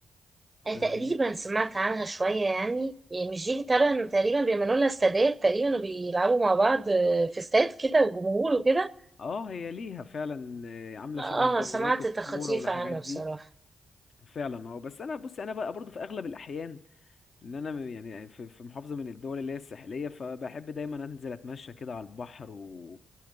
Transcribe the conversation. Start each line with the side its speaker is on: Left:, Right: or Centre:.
Right: آه،
Left: فاهماني
Right: تقريبا سمعت عنها شوية يعني يعني مش دي تقريبا تقريبا بيعملوا لها استادات تقريبا وبيلعبوا مع بعض آه، في استاد كده وجمهور وكده
Left: اه هي ليها فعلا آه، عامله
Right: اه
Left: شبه دوريات
Right: سمعت
Left: الكوره
Right: تخطيف
Left: والحاجات
Right: عنها
Left: دي
Right: بصراحة
Left: فعلا اه بس انا بص انا بقى برضه في اغلب الاحيان ان انا م- يعني آه، في في محافظه من الدول اللي هي الساحليه فبحب دايما انزل اتمشى كده على البحر و...